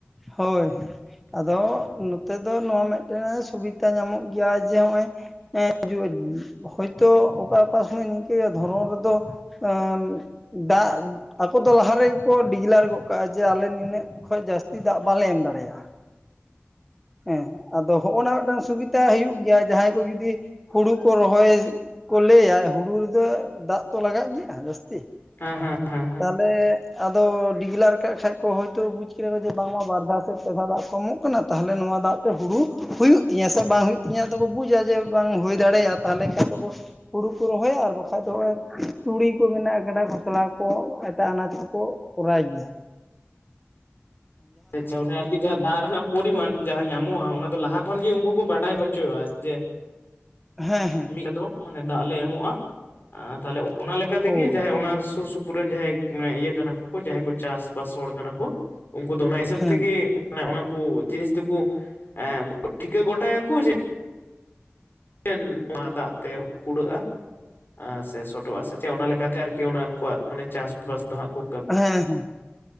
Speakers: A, in the centre; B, on the left.
A: ᱦᱳᱭ ᱟᱫᱚ ᱱᱚᱛᱮ ᱫᱚ ᱱᱚᱣᱟ ᱢᱤᱫᱴᱮᱱ ᱥᱩᱵᱤᱫᱟ ᱧᱟᱢᱚᱜ ᱜᱮᱭᱟ ᱡᱮ ᱱᱚᱜ ᱚᱭ ᱦᱮ ᱦᱤᱡᱩᱜ ᱦᱳᱭᱛᱳ ᱚᱠᱟ ᱚᱠᱟ ᱥᱚᱢᱚᱭ ᱱᱤᱝᱠᱟᱹᱭᱟᱭ ᱫᱷᱚᱨᱚᱢ ᱨᱮᱫᱚ ᱟᱨ ᱫᱟᱜ ᱟᱠᱚ ᱫᱚ ᱞᱟᱦᱟ ᱨᱮᱜᱮ ᱠᱚ ᱰᱤᱜᱽᱞᱟᱨ ᱜᱚᱫ ᱠᱟᱜᱼᱟ ᱡᱮ ᱟᱞᱮ ᱱᱤᱱᱟᱹᱜ ᱠᱷᱚᱱ ᱡᱟᱹᱥ ᱛᱤ ᱫᱟᱜ ᱵᱟᱞᱮ ᱮᱢ ᱫᱟᱲᱮᱭᱟᱜᱼᱟ᱾ ᱦᱮᱸ ᱟᱫᱚ ᱦᱚᱜᱼᱚ ᱱᱟ ᱢᱤᱫᱴᱟᱝ ᱥᱩᱵᱤᱫᱷᱟ ᱦᱩᱭᱩᱜ ᱜᱮᱭᱟ ᱡᱟᱦᱟᱸᱭ ᱠᱚ ᱡᱩᱫᱤ ᱦᱩᱲᱩ ᱠᱚ ᱨᱚᱦᱚᱭ ᱠᱚ ᱞᱟᱹᱭᱟ ᱦᱩᱲᱩ ᱨᱮᱫᱚ ᱫᱟᱜ ᱛᱚ ᱞᱟᱜᱟᱜ ᱜᱮᱭᱟ ᱡᱟᱹᱥᱛᱤ᱾
B: ᱦᱮᱸ ᱦᱮᱸ ᱦᱮᱸ ᱦᱮᱸ
A: ᱛᱟᱞᱮ ᱟᱫᱚ ᱰᱤᱜᱽᱞᱟᱨ ᱠᱟᱜ ᱠᱷᱟᱡ ᱠᱚ ᱦᱳᱭᱛᱳ ᱵᱩᱡ ᱠᱮᱫ ᱠᱚ ᱡᱮ ᱵᱟᱝᱢᱟ ᱵᱟᱨ ᱵᱟᱨ ᱯᱮ ᱫᱷᱟ ᱫᱟᱜ ᱠᱚᱢᱚᱜ ᱠᱟᱱᱟ <unintelligible> <unintelligible> ᱱᱚᱣᱟ ᱫᱟᱜ ᱛᱮ ᱦᱩᱲᱩ ᱦᱩᱭᱩᱜ ᱛᱤᱧᱟᱹ ᱥᱮ ᱵᱟᱝ ᱦᱩᱭᱩᱜ ᱛᱤᱧᱟᱹ ᱟᱫᱚ ᱠᱚ ᱵᱩᱡᱟ ᱡᱮ ᱵᱟᱝ ᱦᱩᱭ ᱫᱟᱲᱮᱭᱟᱜᱼᱟ ᱛᱟᱞᱦᱮ ᱠᱷᱟᱡ ᱫᱚᱠᱚ ᱼᱼ ᱦᱩᱲᱩ ᱠᱚ ᱨᱚᱦᱚᱭᱟ ᱟᱨ ᱵᱟᱠᱷᱟᱡ ᱫᱚ ᱱᱚᱜᱚᱭ ᱛᱩᱲᱤ ᱠᱚ ᱢᱮᱱᱟᱜᱼᱟ ᱠᱟᱰᱟ ᱜᱷᱚᱥᱞᱟ ᱠᱚ ᱼᱼ ᱮᱴᱟᱜ ᱟᱱᱟᱡ ᱠᱚᱠᱚ ᱠᱚᱨᱟᱭ ᱜᱮᱭᱟ ᱾
B: ᱟᱪᱪᱷᱟ ᱚᱱᱮ ᱟᱨᱠᱤ ᱡᱟᱦᱟᱸ ᱫᱟᱜ ᱨᱮᱱᱟᱜ ᱯᱚᱨᱤᱢᱟᱱ ᱡᱟᱦᱟᱸ ᱧᱟᱢᱚᱜᱼᱟ ᱚᱱᱟ ᱫᱚ ᱞᱟᱦᱟ ᱠᱷᱚᱱ ᱜᱮ ᱩᱱᱠᱩ ᱠᱚ ᱵᱟᱰᱟᱭ ᱦᱚᱪᱚᱜᱼᱟ ᱾ ᱡᱮ
A: ᱦᱮᱸ ᱦᱮᱸ
B: ᱢᱤᱫᱴᱮ ᱫᱚ ᱫᱟᱜ ᱞᱮ ᱮᱢᱚᱜᱼᱟ ᱟ ᱛᱟᱞᱮ ᱼᱼ ᱚᱱᱟ ᱞᱮᱠᱟ
A: ᱦᱳᱭ
B: ᱛᱤᱜᱤ ᱡᱟᱦᱟᱸᱭ ᱚᱱᱟ ᱥᱩᱨ ᱥᱩᱯᱩᱨ ᱨᱮᱱ ᱡᱟᱦᱟᱸᱭ ᱢᱟᱱᱮ ᱤᱭᱟᱹ ᱠᱟᱱᱟ ᱠᱚ ᱡᱟᱦᱟᱸᱭ ᱠᱚ ᱪᱟᱥ ᱵᱟᱥ ᱦᱚᱲ ᱠᱟᱱᱟ ᱠᱩ ᱼᱼ ᱚᱱᱟ ᱦᱤᱥᱟᱹᱵ
A: ᱦᱮᱸ
B: ᱛᱤᱜᱤ ᱚᱱᱟ ᱠᱩ ᱡᱤᱱᱤᱥ ᱫᱩᱠᱩ ᱮ ᱴᱷᱤᱠᱟᱹ ᱜᱚᱴᱟᱭᱟᱠᱩ ᱡᱮ ᱼᱼ ᱢᱤᱫᱴᱮᱱ ᱱᱚᱣᱟ ᱫᱟᱜ ᱛᱮ ᱠᱩᱲᱟᱹᱜᱼᱟ ᱾ ᱟ ᱥᱮ ᱥᱚᱴᱚᱜᱼᱟ ᱥᱮ ᱪᱮᱫ ᱚᱱᱟ ᱞᱮᱠᱟᱛᱮ ᱟᱨᱠᱤ ᱚᱱᱟ ᱩᱱᱠᱩᱣᱟᱜ ᱢᱟᱱᱮ ᱪᱟᱥᱵᱟᱥ ᱫᱚ ᱦᱟᱸᱜ ᱠᱩ ᱼᱼ
A: ᱦᱮᱸ ᱦᱮᱸ